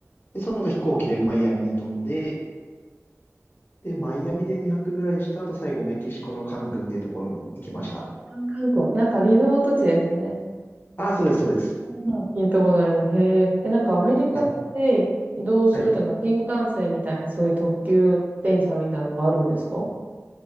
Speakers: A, on the left; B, on the right.
A: で、その後飛行機でマイアミに飛んで、で、マイアミで2泊ぐらいした後、最後メキシコのカンクンっていうところに行きました。
B: 韓国、なんかリゾート地ですよね。
A: ああ、そうです、そうです。
B: うんうん聞いたことあります。へえ。え、なんかアメリカって移動するとか新幹線みたいなそういう特急電車みたいなのがあるんですかう
A: いや、はい。